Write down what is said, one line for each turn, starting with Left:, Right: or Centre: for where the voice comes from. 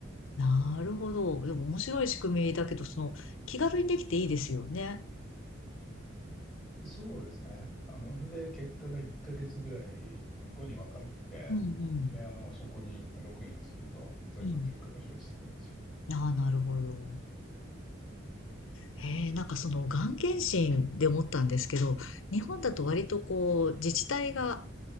Left: なるほど。でも面白い仕組みだけど、その、気軽にできていいですよね。
Centre: そうですね。あの、それで、結果が1ヶ月ぐらい後に分かって、
Left: うんうん。
Centre: で、あの、そこにログインをすると、全部結果が表示されるんですよ。
Left: うん。ああ、なるほど。へえ、なんかその、がん検診で思ったんですけど、日本だと割とこう、自治体が